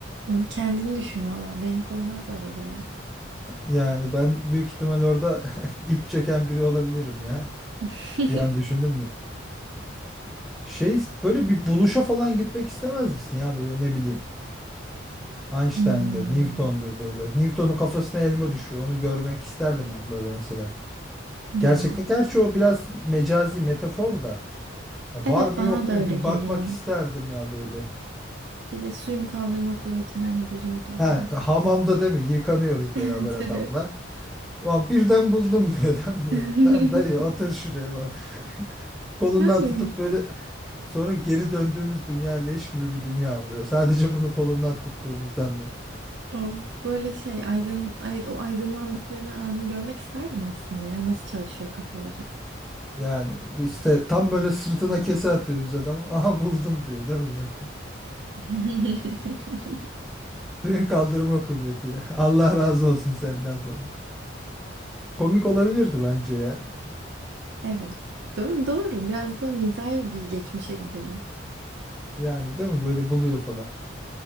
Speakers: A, on the right (about 70°); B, in the centre.
A: Vallahi Kendini düşün valla. Beni koymazlar oraya.
B: yani ben büyük ihtimal orada <laughs> ip çeken biri olabilirim ya
A: <laughs>
B: bir an düşündüm de şey böyle bir buluşa falan gitmek istemez misin ya böyle ne bileyim Einstein'dır,
A: Hmm,
B: Newton'dur böyle. Newton'un kafasına elma düşüyor. Onu görmek isterdim ben böyle mesela. Gerçekten
A: ya
B: gerçi o biraz mecazi metafor da. Ya
A: evet
B: var mı
A: bana
B: yok
A: da
B: mu
A: öyle
B: bir
A: geliyor.
B: bakmak isterdim ya böyle.
A: Bir de suyun kaldırma kuvvetini hani buluyordu adam.
B: Ha,
A: <laughs>
B: hamamda değil mi? Yıkanıyoruz
A: Evet
B: beraber adamla.
A: evet.
B: Ulan birden buldum diyor <laughs> adam böyle.
A: <laughs>
B: Lan dayı otur şuraya falan. Kolundan
A: Yani.
B: tutup böyle <laughs> sonra geri döndüğümüz dünya leş gibi bir dünya oluyor. Sadece bunu kolundan tuttuğumuzdan
A: Of, böyle şey aydın evet o aydınlandıkları anı görmek isterdim aslında ya nasıl çalışıyor kafaları.
B: Yani biz işte tam böyle sırtına kese atıyoruz adamı. <laughs> Aha buldum diyor değil mi böyle?
A: <laughs>
B: <laughs> Suyun kaldırma kuvveti ya. <laughs> Allah razı olsun senden falan. Komik olabilirdi bence ya.
A: Evet doğru doğru biraz da mizahi bir geçmişe gidelim.
B: Yani değil mi böyle buluyor falan.